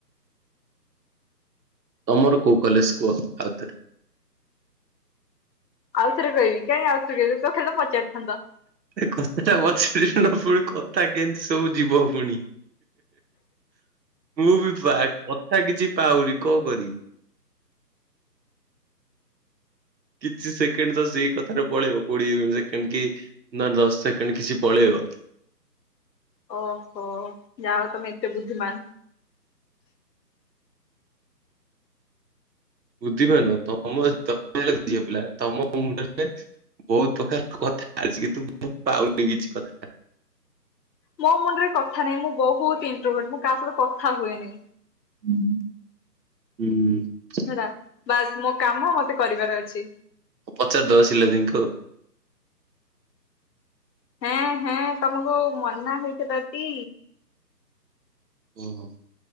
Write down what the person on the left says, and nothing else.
ଆଉଥରେ କହିବି କାଇଁ ଆଉଥରେ କହିବି କଥା ଟା ପଚାରିଥାନ୍ତ
ଓହୋ ଯାହାହୋଉ ତମେ ଏତେ ବୁଦ୍ଧିମାନ।
ମୋ ମୁଣ୍ଡରେ କଥା ନାହିଁ ମୁଁ ବହୁତ ଇଣ୍ଟଭଟ୍ ମୁଁ କାହା ସହିତ କଥା ହୁଏନି।
ହେଲା ବାସ୍ ମୋ କାମ ମତେ କରିବାର ଅଛି।
ହେଁଏ ହେଁଏ ତମକୁ ମନା ହେଇଥିଲା ଟି।